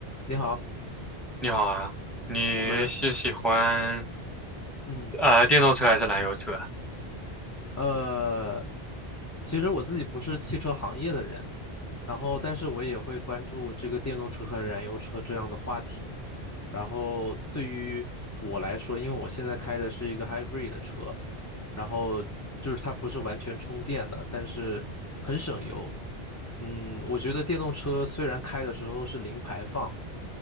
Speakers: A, on the left; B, in the centre.
A: 你好，
B: 你好啊，你是喜欢
A: 我们嗯
B: 呃电动车还是燃油车？
A: 呃，其实我自己不是汽车行业的人，然后但是我也会关注这个电动车和燃油车这样的话题。然后对于我来说，因为我现在开的是一个 hybrid 的车，然后就是它不是完全充电的，但是很省油。嗯，我觉得电动车虽然开的时候是零排放。